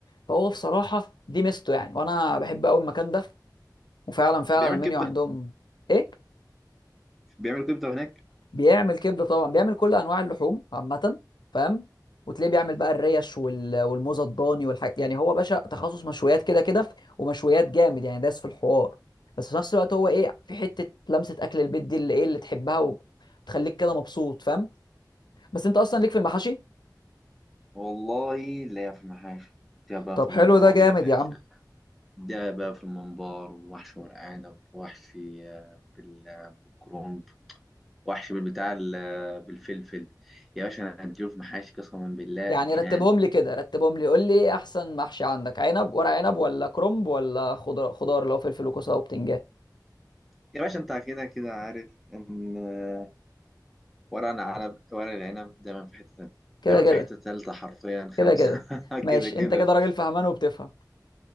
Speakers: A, on the left; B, in the centre.
A: فهو بصراحة دي ميزته يعني وانا بحب قوي المكان ده وفعلا فعلا
B: بيعمل
A: المنيو
B: كبده
A: عندهم ايه
B: بيعمل كبده هناك
A: بيعمل كبدة طبعا بيعمل كل انواع اللحوم عامة فاهم وتلاقيه بيعمل بقى الريش وال... والموز الضاني والحاجات يعني هو باشا تخصص مشويات كده كده ومشويات جامد يعني داس في الحوار بس في نفس الوقت هو ايه في حتة لمسة اكل البيت دي اللي ايه اللي تحبها وتخليك كده مبسوط فاهم بس انت اصلا ليك في المحاشي
B: والله لا في المحاشي ده بقى
A: طب
B: في الممبار
A: حلو ده جامد
B: يا باشا
A: يا عم
B: ده بقى في الممبار وحش ورق عنب وحشي آه، بال- آه، بالكرنب وحشي بالبتاع ال- آه، بالفلفل يا باشا انا هديله في محاشي قسما بالله
A: يعني
B: جنان
A: رتبهم لي كده رتبهم لي قول لي ايه احسن محشي عندك عنب ورق عنب ولا كرنب ولا خضار خضار اللي هو فلفل وكوسه وبتنجان
B: يا باشا انت كده كده عارف ان آه، ورق العنب ورق العنب دايما في حته تالته
A: كده
B: دايما
A: كده
B: في حته تالته حرفيا خمسه
A: كده كده
B: <laughs>
A: ماشي
B: كده كده
A: انت كده راجل فهمان وبتفهم